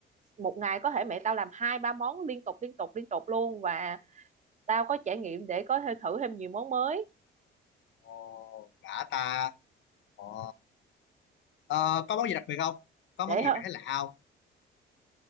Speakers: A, on the right (about 35°); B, on the left (about 70°).
A: một ngày có thể mẹ tao làm hai ba món liên tục liên tục liên tục luôn và tao có trải nghiệm để có thể thử thêm nhiều món mới
B: Ồ, đã ta Ồ. Ờ, có món gì đặc biệt không? Có món
A: để
B: gì mày thấy lạ không?